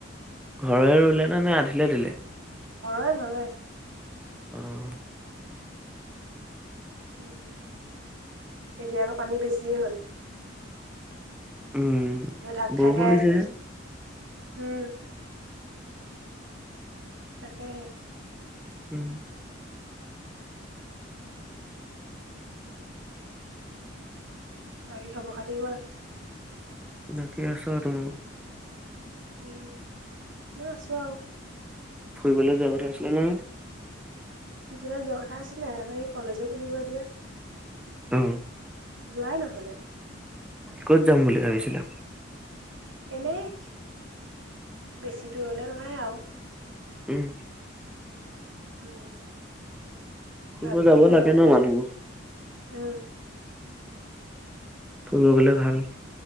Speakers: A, in the centre; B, on the right (about 75°).
A: ঘৰৰে ৰুলে নে, নে আধিলে দিলে?
B: ঘৰৰে ঘৰৰে
A: অহ।
B: উম, এতিয়া আকৌ পানী বেছিয়ে হ'ল।
A: উম।
B: এতিয়া ঢাক
A: বৰষুণ
B: খাই খাই
A: দিছে
B: আছে।
A: যে,
B: উম তাকেহে
A: উম
B: বাকী খবৰ খাতি কোৱা?
A: বাকী আছোঁ আৰু
B: উম মইয়ো আছোঁ আৰু
A: ফুৰিবলৈ যোৱা কথা আছিলে নহয়
B: ফুৰিবলৈ যোৱা কথা আছিলে তাৰপৰা এই কলেজে খুলিব এতিয়া
A: অ',
B: যোৱাই নহ'লে।
A: ক'ত যাম বুলি ভাবিছিলা?
B: এনেই বেছি দূৰলে নহয় আৰু
A: উম
B: উম
A: ফুৰিব
B: মাজুলীলৈ
A: যাব লাগে
B: যোৱা কথা
A: ন' মানুহবোৰ,
B: আছে। উম
A: ফুৰিব গ'লে ভাল